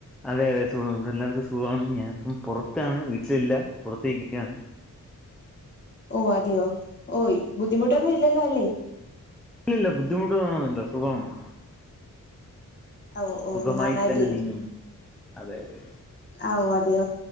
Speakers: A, in the centre; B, on the left (about 35°).
A: അതെ അതെ സുഖം ഇവിടെ എല്ലാവർക്കും സുഖമാണ് ഞാനിപ്പം പുറത്താണ് വീട്ടിലില്ല പുറത്ത ഇരിക്കുകയാണ്
B: ഓഹ അതെയോ ഓഹ ബുദ്ധിമുട്ടൊന്നും ഇല്ലല്ലോ അല്ലേ
A: ഇല്ലല്ല ബുദ്ധിമുട്ട്ന്നല്ല സുഖമാണ്
B: ഓ ഓ
A: സുഖമായി
B: നന്നായിട്ട്
A: തന്നെ നീങ്ങുന്നു അതെ അതെ
B: ഓഹ അതെയോ